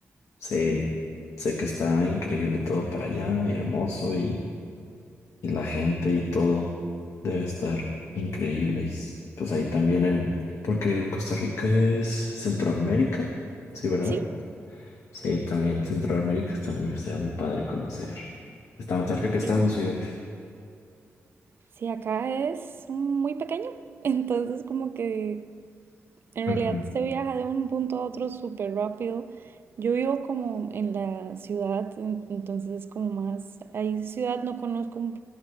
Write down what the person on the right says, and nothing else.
sí,
sí.
Sí, acá es muy pequeño, <laughs> entonces como que en
realidad se viaja de un punto a otro súper rápido. Yo vivo como en la ciudad, en- entonces es como más, ahí ciudad no conozco